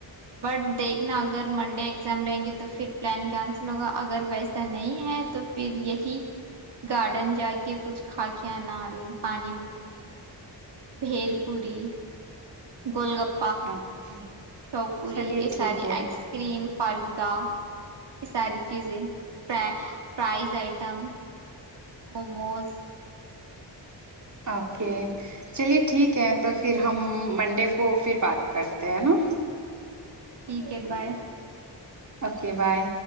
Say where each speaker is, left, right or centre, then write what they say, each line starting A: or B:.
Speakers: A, on the right (about 65°); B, on the right (about 40°).
A: بٹ دیکھنا اگر منڈے ایگزام رہیں گے تو پھر پلان کینسل ہوگا اگر ویسا نہیں ہے تو پھر یہی گارڈن جا کے کچھ کھا کے نال پانی پوری بھیل پوری گول گپا
B: <inaudible>
A: شو پوری
B: چلیے
A: یہ
B: ٹھیک
A: ساری
B: ہے
A: ایس کریم فالدا ساری چیزیں پ پرائز ائٹم موموز
B: اوکے چلیے ٹھیک ہے تو پھر ہم منڈے کو پھر بات کرتے ہیں نا
A: ٹھیک ہے بائے
B: اوکے بائے